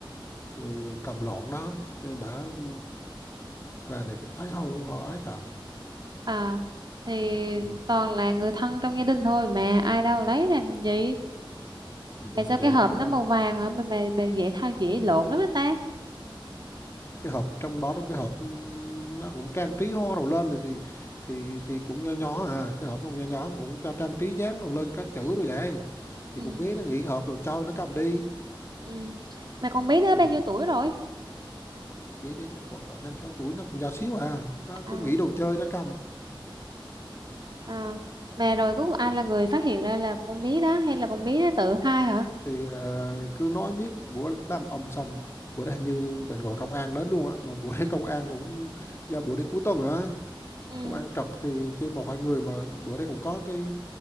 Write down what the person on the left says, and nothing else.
ừ, cầm lộn đó nên bà ừ, bà này cũng thấy hôi hôi ái thật
ừ.
Ừ.
vậy
mà
do-
cái hộp trong bó trong cái hộp ừ, nó cũng trang trí hoa đồ lên rồi thì thì thì cũng nho nhỏ à cái hộp nó cũng nho nhỏ mà cũng cho trang trí dán đồ lên có chữ đồ vậy thì
cũng biết nó nghĩ hộp đồ chơi nó cầm đi
ừ.
biết đấy chắc khoảng cỡ năm sáu tuổi nó còn nhỏ xíu à nó cứ
nghĩ đồ chơi nó cầm
thì ờ, cứ nói biết bữa làm ầm sầm bữa đó hình như định gọi công an đến luôn á mà bữa đấy công an cũng do bữa đấy cuối tuần á
công an trật thì kêu một hai người mà bữa đấy cũng có cái